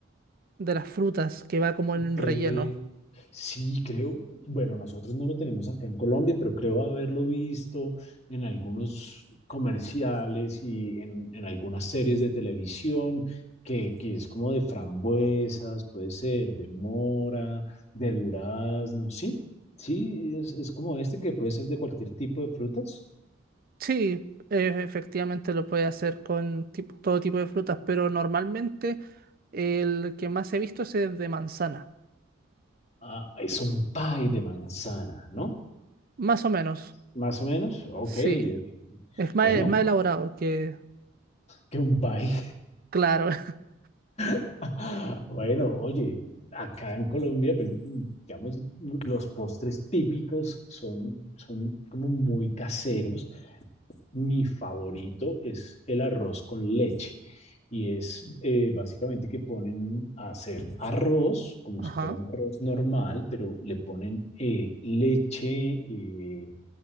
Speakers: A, on the right; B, on the left.
A: de las frutas que va como en
B: Cree,
A: relleno.
B: sí, creo, bueno, nosotros no lo tenemos acá en Colombia, pero creo haberlo visto en algunos comerciales y en, en algunas series de televisión, que, que es como de frambuesas, puede ser, de mora, de durazno, sí, sí, es, es como este que puede ser de cualquier tipo de frutas.
A: Sí, eh, efectivamente lo puede hacer con tipo- todo tipo de frutas, pero normalmente el que más he visto es el de manzana.
B: Ah, es un pie de manzana, ¿no?
A: Más o menos,
B: Más o menos, ok,
A: sí.
B: ok.
A: Es más,
B: Bueno,
A: es más elaborado que,
B: que un pie.
A: claro. <laughs>
B: <laughs> Bueno, oye, acá en Colombia, pues, mm, digamos, los postres típicos son, son como muy caseros. Mi favorito es el arroz con leche. Y es eh, básicamente que ponen a hacer arroz, como
A: Ajá.
B: si fuera un arroz normal, pero le ponen eh, leche, eh,